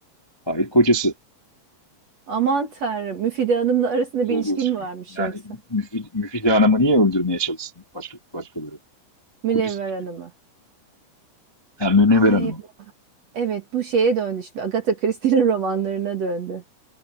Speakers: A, on the left; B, on the right.
A: Hayır, kocası.
B: Aman Tanrım. Müfide Hanım'la arasında
A: olduğu
B: bir ilişki
A: çıkıyor.
B: mi varmış
A: Yani
B: yoksa?
A: Müfid, Müfide Hanım'ı niye öldürmeye çalışsın başka, başkaları?
B: Münevver
A: Kocası çıkıyor.
B: Hanım'a.
A: Hem Münevver
B: Ay
A: Hanım'ı.
B: evet bu şeye döndü şimdi. Agatha Christie'nin romanlarına döndü.